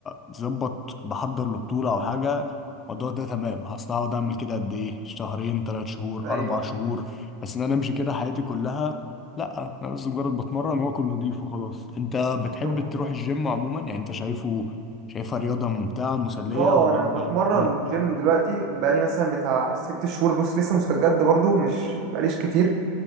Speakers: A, on the left; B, on the right.
A: بظبط بحضر لبطوله او حاجه الموضوع ده تمام هصل هقعد اعمل كده قد ايه شهرين ثلاث شهور
B: ايوه
A: اربع
B: فاهم
A: شهور بس ان انا امشي كده حياتي كلها لا انا بس مجرد بتمرن واكل نضيف وخلاص انت بتحب
B: طب و-
A: تروح الجيم عموما يعني انت شايفه شايفها رياضة ممتعة مسلية
B: اه
A: ولا
B: انا
A: انت
B: بتمرن
A: مم.
B: جيم دلوقتي من بقالي مثلا بتاع ست شهور بص لسه مستجد برضو مش بقاليش كتير